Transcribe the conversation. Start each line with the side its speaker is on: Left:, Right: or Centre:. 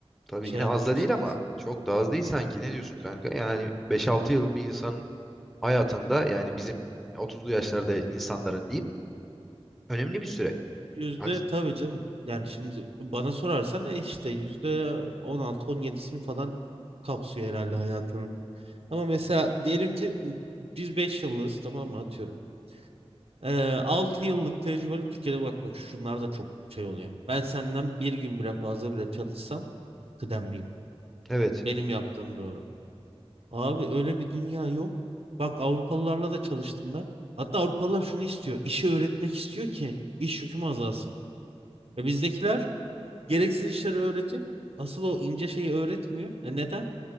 Centre: Tabii
Right: iş
Centre: yine
Right: hayatının
Centre: az da
Right: içindeyiz.
Centre: değil ama çok da az değil sanki. Ne diyorsun kanka? Yani beş altı yıl bir insanın hayatında yani bizim otuzlu yaşlarda insanların diyeyim önemli bir süre.
Right: Yüzde
Centre: Aks-
Right: tabii canım. Yani şimdi bana sorarsan e işte yüzde on altı on yedisini falan kapsıyor herhalde hayatının. Ama mesela diyelim ki biz beş yıllığız tamam mı atıyorum. Ee, 6 yıllık tecrübeli Türkiye'de bak bak şunlar da çok şey oluyor. Ben senden bir gün bile fazla bile çalışsam kıdemliyim.
Centre: Evet.
Right: Benim yaptığım doğru. Abi öyle bir dünya yok. Bak Avrupalılarla da çalıştım ben. Hatta Avrupalılar şunu istiyor. işi öğretmek istiyor ki iş yüküm azalsın. E bizdekiler gereksiz işleri öğretip asıl o ince şeyi öğretmiyor. E neden?